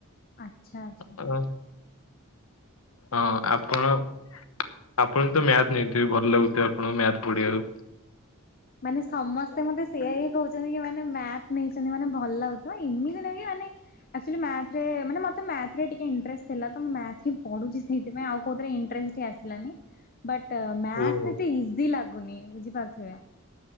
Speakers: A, on the left; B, on the left.
A: ଆଚ୍ଛା ଆଚ୍ଛା।
B: ହଁ। ହଁ ଆପଣ? ଆପଣ ତ ମ୍ୟାଥ ନେଇଥିବେ ଭଲ ଲାଗୁଥିବ ଆପଣଙ୍କୁ ମ୍ୟାଥ ପଢିବାକୁ।
A: ମାନେ ସମସ୍ତେ ମତେ ସେଇଆ ହିଁ କହୁଛନ୍ତି କି ମାନେ ମ୍ୟାଥ ନେଇଛନ୍ତି ମାନେ ଭଲ ଲାଗୁ ହଁ ଏମିତି ନାହିଁ କି ମାନେ ଅଛ ଆକଚୁଆଲି ମ୍ୟାଥରେ ମାନେ ମୋତେ ମ୍ୟାଥରେ ଟିକେ ଇଣ୍ଟରେଷ୍ଟ ଥିଲା ତ ମୁଁ ମ୍ୟାଥ ହି ପଢୁଛି ସେଥିପାଇଁ ଆଉ କୋଉଥିରେ ଇଣ୍ଟରେଷ୍ଟଟି ହିଁ ଆସଛ ଲାନି <unintelligible> ମ୍ୟାଥ
B: ଓହୋ।
A: ଏତେ ଇଜି ଲାଗୁନି ବୁଝିପାରୁଥିବେ।